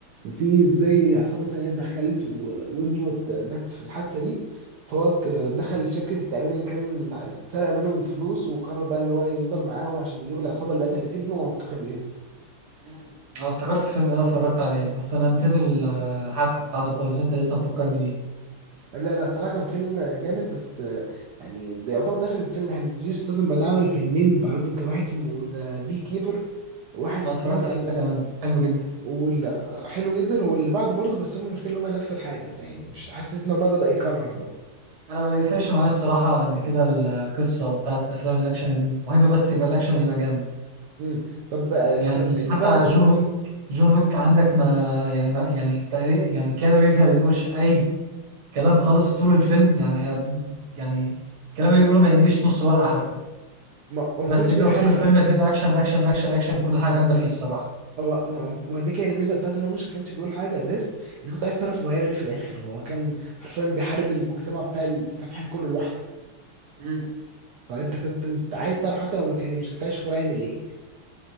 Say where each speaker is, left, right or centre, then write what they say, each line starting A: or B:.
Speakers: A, on the right; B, on the right.
A: في زي عصابة تانية اتدخلت و... وابنه ات- مات في الحادثة دي فهو ك- دخل شركة التأمين اللي كان اتسرق منهم الفلوس وقرر بقى ان هو يفضل معاهم عشان يجيب العصابة اللي قتلت ابنه وينتقم ليهم
B: مم. اه افتكرت الفيلم ده اتفرجت عليه بس انا نسيت ال- الحبكه بتاعته خالص انت لسه مفكرني بيه
A: لا لا صراحة كان فيلم جامد بس آه، يعني ده يعتبر داخل فيلم حلو جيسون ستاثام بعد عمل فيلمين بعده كان واحد اسمه ذا بي كيبر واحد
B: انا اتفرجت
A: تاني ك...
B: عليه ده كمان حلو جدا
A: واللي حلو جدا واللي بعده برضه بس هم المشكلة ان هم نفس الحاجة فيعني مش حسيت ان هو بقى بدأ يكرر بقى
B: انا ما بيفرقش معايا الصراحه قد كده القصه بتاعت افلام الاكشن المهم بس يبقى الاكشن يبقى جامد
A: امم طب بقى
B: يعني
A: طب انت
B: حتى
A: بقى لازم
B: جون ويك جون ويك عندك ما يعني ما يعني تقريبا يعني كيانو ريفز ما بيقولش اي كلام خالص طول الفيلم يعني يعني الكلام اللي بيقوله ما يمليش نص ورقه حتى
A: ما... هو ما
B: بس
A: كانش
B: بيبقى
A: بيقول حاجة
B: طول الفيلم بيبقى اكشن اكشن اكشن اكشن كل حاجه جامده فيه الصراحه
A: هو ما... ما دي كانت الميزة بتاعته ان هو مش كانش بيقول حاجة بس انت كنت عايز تعرف هو هيعمل ايه في الآخر هو كان حرفيا بيحارب المجتمع بتاع السفحان كله لوحده
B: مم.
A: فانت كنت مت- عايز تعرف حتى لو ما اتكلمش كنت عايز تشوف هو هيعمل ايه